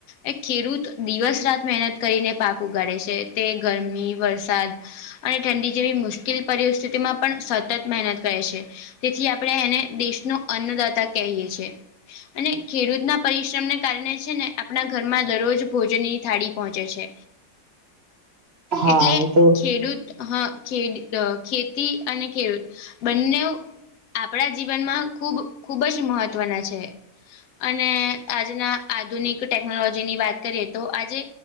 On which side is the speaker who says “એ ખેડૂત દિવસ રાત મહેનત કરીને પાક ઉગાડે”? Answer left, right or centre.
Left